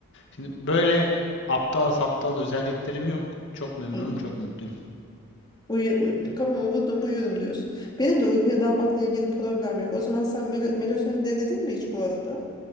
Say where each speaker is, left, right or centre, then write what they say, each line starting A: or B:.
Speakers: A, on the left (about 60°); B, on the left (about 20°).
A: şimdi böyle aptal saptal özelliklerim yok çok memnunum
B: hı.
A: çok mutluyum
B: Uyu, uyu- kafamı vurdum mu uyuyorum diyorsun. Benim de uykuya dalmakla ilgili problem yok. O zaman sen mel melatonin denedin mi hiç bu arada?